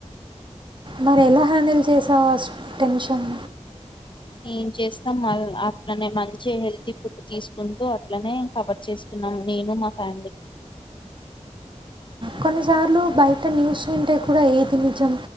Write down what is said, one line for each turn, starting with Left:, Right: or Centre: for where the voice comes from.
Right: మరి ఎలా హ్యాండిల్ చేసావు ఆ టెన్షన్
Left: ఏం చేస్తాం ఆల్ అట్లనే మంచిగా హెల్తీ ఫుడ్ తీసుకుంటూ అట్లనే కవర్ చేసుకున్నాం నేను మా ఫ్యామిలీ
Right: కొన్నిసార్లు బయట న్యూస్ వింటే కూడా ఏది నిజం